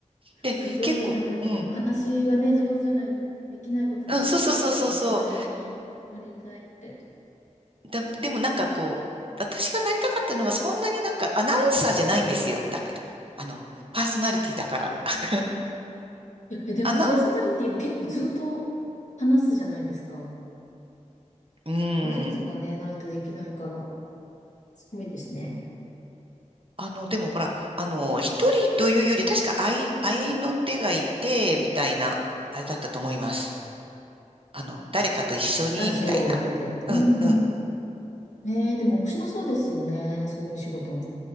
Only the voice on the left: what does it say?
すごい、
なんかでも話がね、
上手じゃないとできないことだからすごいですね。
それになりたいって。
いやえ、でもパーソナリティも結構ずっと話すじゃないですか。
話術がね、
ないとできないから、すごいですね。
ラジオって。
うん。
ねえ、でも面白そうですよね。そういう仕事も。